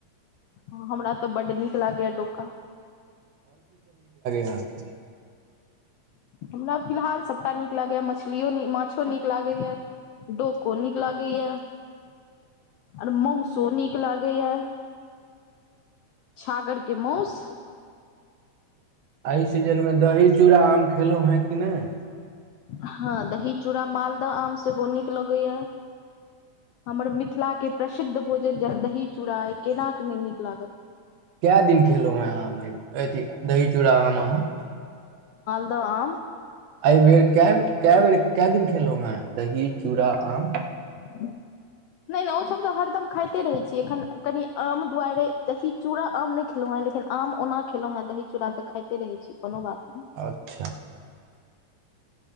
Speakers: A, on the left; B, on the right.
A: ह हमरा तऽ बड्ड नीक लागैएा डोका
B: ते
A: हमरा फिलहाल सभटा नीक लागैए मछलिओ माछो नीक लागैए डोको नीक लागै है मंसो नीक लागै है छागरके मंस
B: एहि सीजनमे दही चूड़ा आम खेलहुँ है कि नहि
A: हँ दही चूड़ा मालदह आम सेहो नीक लगैए हमर मिथिलाके प्रसिद्ध भोजन जे दही चूड़ा अ केनाके नहि नीक लागत
B: क दिन खेलो हैं आम अथ दही चूड़ा आम अहा
A: दम
B: एहिइ बेर क क बेर क दिन खेलहु ह दही चूड़ा आम
A: ह नहि नहि ओसभ तऽ हरदम खाइते रहै छीै एखन कनि आम दुआरे तही चूड़ा आम नहि खेलौँ हे लेकिन आम ओना खेलों हें दही चूड़ा तऽ खाे रहे छी कोनो बात नहि
B: अच्छा